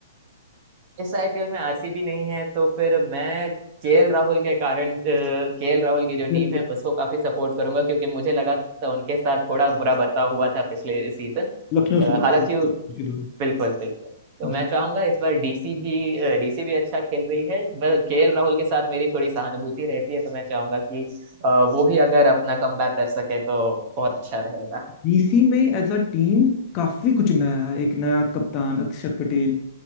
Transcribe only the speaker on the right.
इस आईपीएल में आरसीबी नहीं है तो फिर मैं केएल राहुल के कारण केएल राहुल की जो
टीम
है उसको काफी सपोर्ट करूंगा क्योंकि मुझे लगा था उनके साथ थोड़ा बुरा बर्ताव हुआ था पिछले सीजन
हालांकि
बिल्कुल बिल्कुल तो मैं
चाहूंगा इस बार डीसी भी डीसी भी अच्छा खेल रही है बस केएल राहुल के साथ मेरी थोड़ी सहानुभूति रहती है तो मैं चाहूंगा कि अ, वो भी अगर अपना कमबैक कर सके तो बहुत अच्छा रहेगा